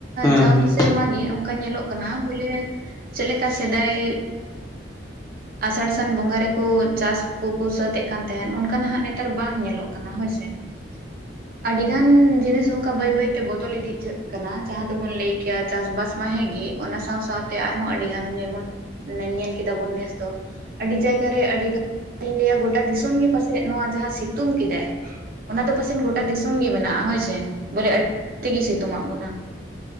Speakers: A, on the left (about 20°); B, on the right (about 55°).
A: ᱦᱮᱸ
B: ᱡᱟᱣ ᱜᱮ ᱥᱮᱨᱢᱟ ᱜᱮ, ᱚᱱᱠᱟ ᱧᱮᱞᱚᱜ ᱠᱟᱱᱟ ᱵᱚᱞᱮ ᱪᱮᱫ ᱞᱮᱠᱟ ᱥᱮᱫᱟᱭ ᱟᱥᱟᱲ ᱥᱟᱱ ᱵᱚᱸᱜᱟ ᱨᱮᱠᱚ ᱪᱟᱥ ᱠᱚᱠᱚ ᱥᱟᱹᱛ ᱮᱫ ᱠᱟᱱ ᱛᱟᱦᱮᱸᱱ, ᱚᱱᱠᱟᱱᱟᱜ ᱦᱟᱜ ᱱᱮᱛᱟᱨ ᱵᱟᱝ ᱧᱮᱞᱚᱜ ᱠᱟᱱᱟ ᱦᱳᱭᱥᱮ <inaudible> <inaudible>
A: ᱦᱮ <inaudible>
B: ᱟᱹᱰᱤᱜᱟᱱ ᱡᱤᱱᱤᱥ ᱚᱱᱠᱟ ᱵᱟᱹᱭ ᱵᱟᱹᱭᱛᱮ ᱵᱚᱫᱚᱞ ᱤᱫᱤ ᱠᱟᱱᱟ, ᱡᱟᱦᱟᱸ ᱫᱚᱵᱚᱱ ᱞᱟᱹᱭ ᱠᱮᱭᱟ ᱪᱟᱥᱵᱟᱥ ᱢᱟ ᱦᱮᱸ ᱜᱮ, ᱚᱱᱟ ᱥᱟᱶ ᱥᱟᱶᱛᱮ ᱟᱨᱦᱚᱸ ᱟᱹᱰᱤ ᱜᱟᱱ, ᱡᱮᱢᱚᱱ ᱧᱮᱞ ᱠᱮᱫᱟ ᱵᱚᱱ ᱱᱮᱥ ᱫᱚ ᱟᱹᱰᱤ ᱡᱟᱭᱜᱟᱨᱮ, ᱟᱹᱰᱤ ᱜᱟᱱ ᱞᱟᱹᱭᱟ ᱜᱚᱴᱟ ᱫᱤᱥᱚᱢ ᱜᱮ ᱯᱟᱥᱮᱡ ᱱᱚᱣᱟ ᱡᱟᱦᱟᱸ ᱥᱤᱛᱩᱝ ᱠᱮᱫᱟᱭ ᱚᱱᱟ ᱫᱚ ᱯᱟᱥᱮᱜ ᱜᱚᱴᱟ ᱫᱤᱥᱚᱢ ᱜᱮ ᱢᱮᱱᱟᱜᱼᱟ, ᱦᱳᱭᱥᱮ ᱵᱚᱞᱮ ᱟᱹᱰᱤ ᱜᱮ ᱥᱤᱛᱩᱝ ᱟ ᱵᱚᱱᱟ ᱾